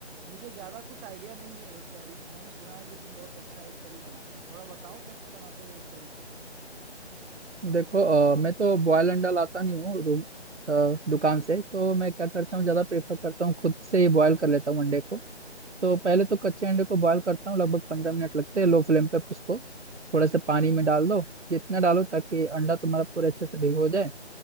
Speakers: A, in the centre; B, on the right.
A: मुझे ज्यादा कुछ आइडिया नहीं है एक करी मैंने सुना है कि तुम बहुत अच्छा एक करी बनाते हो थोड़ा बताओ कैसे बनाते हो एक करी को
B: देखो अ, मैं तो बॉयल अंडा लाता नहीं हूँ रूम अ, दुकान से तो मैं क्या करता हूँ ज़्यादा प्रेफर करता हूँ खुद से ही बॉयल कर लेता हूँ अंडे को तो पहले तो कच्चे अंडे को बॉयल करता हूँ लगभग पंद्रह मिनट लगते हैं लो फ्लेम पे उसको थोड़ा सा पानी में डाल दो जितना डालो ताकि अंडा तुम्हारा पूरे अच्छे से भिगो जाए